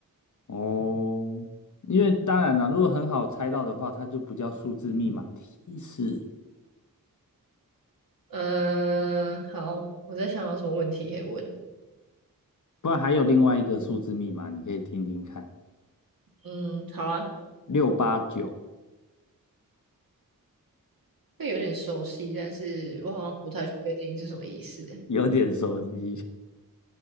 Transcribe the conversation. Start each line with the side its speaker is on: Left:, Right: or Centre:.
Left: 哦，因为当然啦，如果很好猜到的话，它就不叫数字密码提示。
Right: 嗯、好，我在想有什么问题可以问。
Left: 不然还有另外一个数字密码，你可以听听看，
Right: 嗯，好啊，
Left: 六八九。
Right: 这有点熟悉，但是我好像不太确定是什么意思。
Left: 有点熟悉，